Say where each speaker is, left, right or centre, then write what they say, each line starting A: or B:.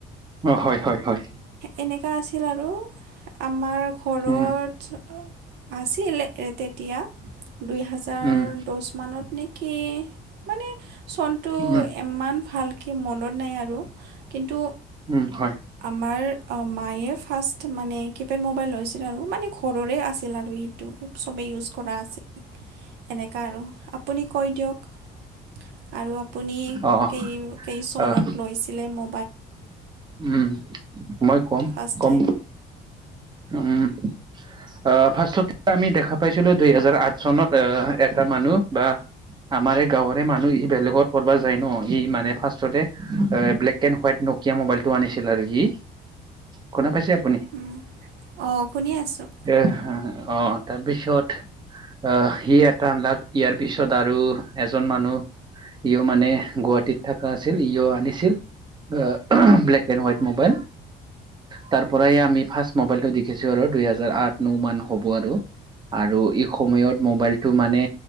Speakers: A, on the right; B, on the right.
A: অ হয় হয় হয়
B: এনেকুৱা আছিল আৰু আমাৰ ঘৰত
A: উম
B: আছিল তেতিয়া দুই হেজাৰ
A: উম
B: দহ মানত নেক কি মানে চনটো
A: উম,
B: ইমান ভাল কে মনত নাই আৰু কিন্তু
A: উম, হয়
B: আমাৰ অ মায়ে ফাৰ্ষ্ট মানে কিনিলে পেড মোবাইল হৈছিল আৰু মানে ঘৰৰে আছিল আৰু সেইটো চবেই ইউজ কৰা আছিল এনেকা আৰু আপুনি কৈ দিয়ক আৰু আপুনি
A: অ',
B: কেই কেই চনত
A: আহ,
B: লৈছিলে মো
A: উম মই কম
B: ফাৰ্ষ্ট
A: কম
B: টাইম
A: উম আহ ফাস্টত আমি দেখা পাইছিলো দুই হেজাৰ আঠ চনত আহ এটা মানুহ বা আমাৰে এই গাঁৱৰে মানুহ ই বেলেগত পঢ়িবা যায় ন ই মানে ফাস্টতে এ ব্লেক এড হোৱাইট ন নকীয়া মোবাইল টো আনিছিল আৰু সি শুনা পাইছে দে
B: উম, অঁ শুনি আছোঁ
A: এ আহ তাৰপিছত আহ সি এটা লাক ইয়াৰ পিছত আৰু এজন মানুহ ইউ মানে গুৱাহাটীত থকা আছিল ই আনিছিল আহ ব্লেক এণ্ড হোৱাইট মোবাইল তাৰ পৰাই আমি ফাৰ্ষ্ট মোবাইলটো দেখিছো আৰু দুইহেজাৰ আঠ ন মান হব আৰু আৰু ই সময়ত মোবাইলটো মানে